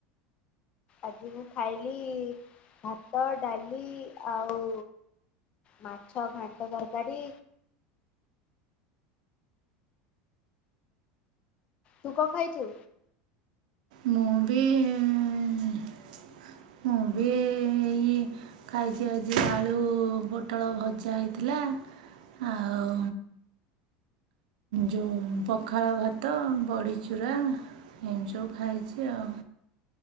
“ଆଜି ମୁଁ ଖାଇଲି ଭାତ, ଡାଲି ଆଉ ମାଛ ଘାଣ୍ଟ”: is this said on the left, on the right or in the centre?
Left